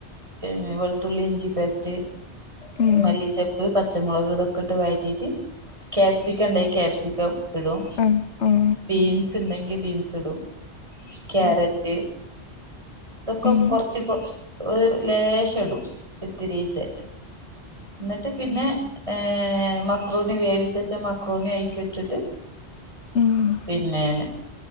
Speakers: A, on the right; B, on the left.
A: പിന്നെ വെളുത്തുള്ളി ഇഞ്ചി പേസ്റ്റ്
B: ഉം
A: മല്ലിചേപ്പ് പച്ചമുളക് ഇതൊക്കെ ട്ട് വയറ്റിട്ട് ക്യാപ്സിക്ക ണ്ടെങ്കി ക്യാപ്സിക്കം ഇടും
B: ഉം ഉം
A: ബീൻസ് ണ്ടെങ്കിൽ ബീൻസ് ടും ക്യാരറ്റ് ഇതൊക്കെ
B: ഉം
A: കൊറ്ച്ച് ഒരു ലേ ശടും ഇത്തിരീചേ ന്ന്ട്ട് പിന്നെ ഹേ മ ക്രോണി വേവിച്ചച്ച മക്രോണി അയിക് ട്ടിട്ട്
B: ഉം
A: പിന്നെ